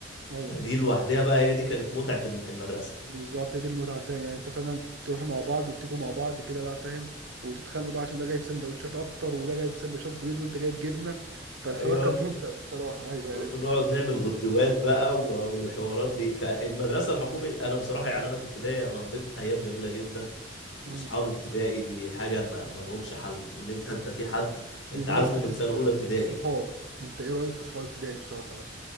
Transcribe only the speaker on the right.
ايوه
بالظبط هي دي المتعة فعلا يعني انت فعلا تروحوا مع بعض وتيجوا مع بعض كده بقى فاهم وتتخانقوا بقى عشان ده جايب سندوتشات اكتر وده جايب سندوتشات بيض وانت جايب جبنة فالحوار
كان <laughs> ممتع بصراحة ايوه يعني
ذكريات
مم.
طب بمناسبة
الس-
الصحاب انت ايه رأيك في صحاب ابتدائي بصراحة بقى